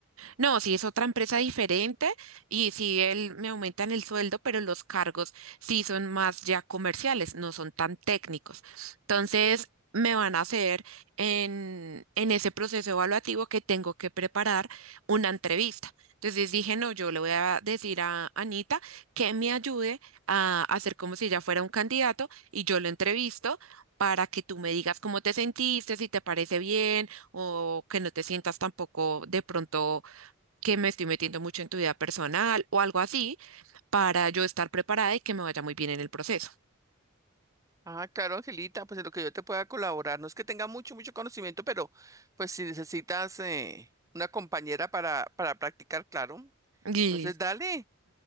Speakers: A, on the right; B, on the right.
A: No, si es otra empresa diferente y si él me aumentan el sueldo, pero los cargos sí son más ya comerciales, no son tan técnicos. Entonces, me van a hacer en, en ese proceso evaluativo que tengo que preparar una entrevista. Entonces dije, no, yo le voy a decir a Anita que me ayude a hacer como si ella fuera un candidato y yo lo entrevisto para que tú me digas cómo te sentiste, si te parece bien o que no te sientas tampoco de pronto que me estoy metiendo mucho en tu vida personal o algo así para yo estar preparada y que me vaya muy bien en el proceso.
B: Ah, claro, Angelita, pues en lo que yo te pueda colaborar, no es que tenga mucho, mucho conocimiento, pero pues si necesitas eh, una compañera para, para practicar, claro.
A: Lis-
B: Entonces, dale.